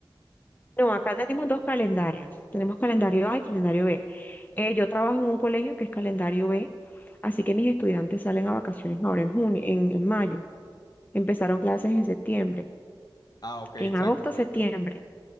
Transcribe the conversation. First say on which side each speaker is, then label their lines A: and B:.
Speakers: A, on the left; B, on the left.
A: No, acá tenemos dos calendarios. Tenemos calendario A y calendario B. Eh, yo trabajo en un colegio que es calendario B, así que mis estudiantes salen a vacaciones ahora en junio, en, en mayo. Empezaron clases en septiembre,
B: Ah, ok, exacto,
A: en agosto,
B: exacto.
A: septiembre.